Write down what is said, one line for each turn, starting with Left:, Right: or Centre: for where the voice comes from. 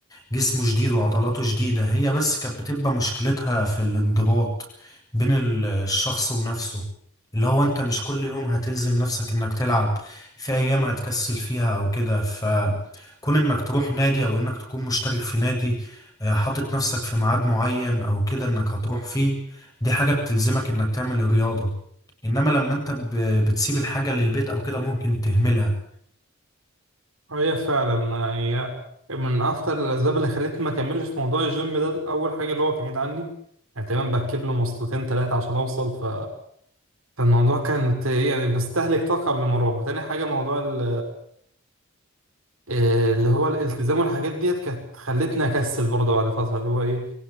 Left: جسمه جديد وعضلاته جديدة هي بس كانت بتبقى مشكلتها في الانضباط بين ال- الشخص ونفسه اللي هو انت مش كل يوم هتلزم نفسك انك تلعب في ايام هتكسل فيها او كده فكون انك تروح نادي او انك تكون مشترك في نادي آه، حاطط نفسك في ميعاد معين او كده انك هتروح فيه دي حاجة بتلزمك انك تعمل الرياضة انما لما انت ب- بتسيب الحاجة للبيت او كده ممكن تهملها
Right: اه، هي فعلا آه، هي من اكتر الاسباب اللي خلتني ما اكملش في موضوع الجيم ده اول حاجه اللي هو بعيد عني يعني تقريبا بركب له مواصلتين ثلاثه عشان اوصل ف... فالموضوع كانت إيه يعني بستهلك طاقه قبل ما اروح تاني حاجه موضوع ال... إيه اللي هو الالتزام والحاجات ديت كانت خلتني اكسل برضه بعد فتره اللي هو ايه